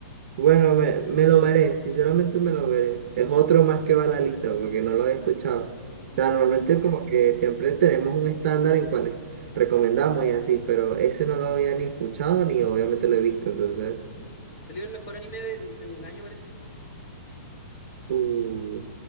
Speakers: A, on the right; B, on the left.
A: Bueno, me, me lo veré, sinceramente me lo veré. Es otro más que va a la lista porque no lo he escuchado. O
B: Ujú.
A: sea, normalmente como que siempre tenemos un estándar en cuáles recomendamos y así, pero ese no lo había ni escuchado ni obviamente lo he visto, entonces
B: Salió el mejor anime del, del año, parece.
A: uh,